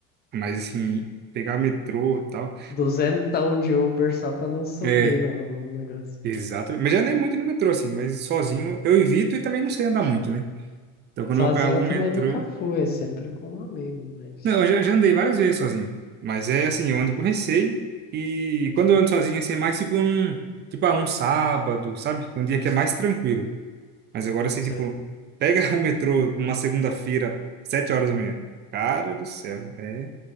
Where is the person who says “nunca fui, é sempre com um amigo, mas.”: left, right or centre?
Left